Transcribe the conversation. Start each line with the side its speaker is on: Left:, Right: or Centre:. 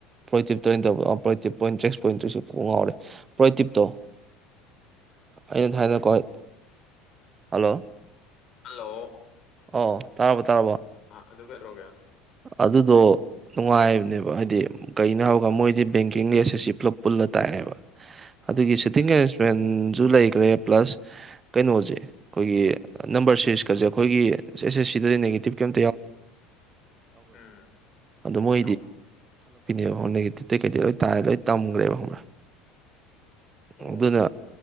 Right: ꯄ꯭ꯔꯇꯤꯞ ꯇ ꯇ ꯄ꯭ꯔꯇꯤ ꯄꯣꯏꯟ ꯇꯔꯤꯛꯁꯣꯏꯟ ꯇ꯭ꯔꯤꯁꯨ ꯉꯥꯎꯔꯦ ꯄ꯭ꯔꯇꯤꯇꯣ
Left: ꯍ
Right: ꯑꯩꯅ ꯊꯅ ꯀꯣꯏ ꯍꯜꯂꯣ
Left: ꯍꯜꯂꯣ
Right: ꯑꯣ ꯇꯥꯔꯕꯣ ꯇꯥꯔꯕꯣ
Left: ꯑ ꯑꯗꯨ ꯀꯗꯧꯣꯒꯦ
Right: ꯑꯗꯨꯗꯣ ꯅꯨꯡꯉꯥꯏꯕꯅꯦꯕ ꯍꯥꯏꯗꯤ ꯀꯩꯅꯣ ꯍꯥꯏꯕꯔꯒ ꯃꯣꯏꯗꯤ ꯕꯦꯡꯀꯤꯡ ꯂꯦꯁ ꯑꯁꯤ ꯄꯨꯂꯞ ꯄꯨꯜꯂ ꯇꯥꯛꯑꯦꯕ
Left: <unintelligible>
Right: ꯑꯗꯨꯒꯤ ꯁꯤꯇꯤꯡ
Left: ꯎꯝ
Right: ꯑꯦꯔꯦꯟꯖꯃꯦꯟꯁꯨ ꯂꯩꯈ꯭ꯔꯦ ꯄ꯭ꯂꯁ ꯀꯩꯅꯣꯁꯦ ꯑꯩꯈꯣꯏꯒꯤ ꯅꯝꯕꯔ ꯁꯤꯔꯤꯁꯀꯁꯦ ꯑꯩꯈꯣꯏꯒꯤ ꯑꯦꯁ ꯑꯦꯁ ꯁꯤꯗꯗꯤ ꯅꯦꯒꯦꯇꯤꯞ ꯀ ꯎ
Left: ꯎꯝ
Right: ꯃ
Left: ꯌꯥꯎ
Right: ꯌꯥꯎ ꯦꯇꯤꯞꯇꯩ ꯀꯩ ꯂꯣꯏ ꯇꯥꯏ ꯂꯣꯏ ꯇꯝꯈ꯭ꯔꯦꯕ
Left: ꯑꯣ
Right: ꯑꯗꯨꯅ